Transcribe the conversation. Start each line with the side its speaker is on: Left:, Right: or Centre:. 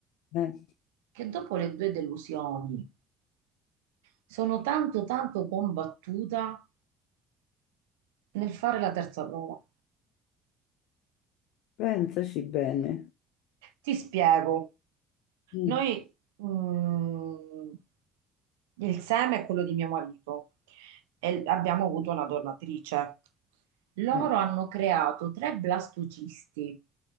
Left: eh,
Right: Che dopo le due delusioni sono tanto tanto combattuta nel fare la terza prova.
Left: pensaci bene.
Right: Ti spiego.
Left: Mm,
Right: Noi, mm, il seme è quello di mio marito e l- abbiamo avuto una donatrice. Loro
Left: eh,
Right: hanno creato tre blastocisti,